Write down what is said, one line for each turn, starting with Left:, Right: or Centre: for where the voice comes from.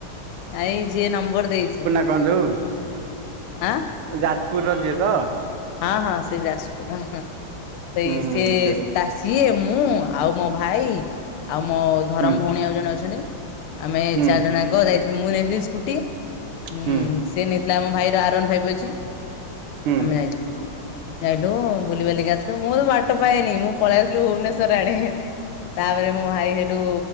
Left: ଏଇ ଯିଏ ନମ୍ବର ଦେଇଛି।
Right: <inaudible>
Left: ଆଁ
Right: ଯାଜପୁର ର ଯିଏ ତ
Left: ହଁ ହଁ ସେ ଯାସ ସେଇ
Right: ହୁଁ ହୁଁ
Left: ସେ ତା ସିଏ ମୁଁ ଆଉ ମୋ ଭାଇ ଆଉ ମୋ ଧରମ
Right: ହୁଁ
Left: ଭଉଣୀ ଆଉ ଜଣେ ଅଛନ୍ତି। ଆମେ
Right: ହୁଁ
Left: ଚାରି ଜଣଙ୍କ ଯାଇଥିଲୁ ମୁଁ ନେଇଥିଲି ସ୍କୁଟି ଉ
Right: ହୁଁ
Left: ସିଏ ନେଇଥିଲେ ଆମ ଭାଇର ଆରୱାନ ଭାଇପ ଅଛି
Right: ହୁଁ
Left: ଆମେ ଯାଇଛ। ହେଇଠୁ ବୁଲି ବଲିକି ଆସିଲୁ। ମୁଁ ତ ବାଟ ପାଏନି ମୁଁ ପଳେଇ ଆସିଲି ଭୁବନେଶର ଆଡେ। ତାପରେ ମୋ ଭାଇ ସେଠୁ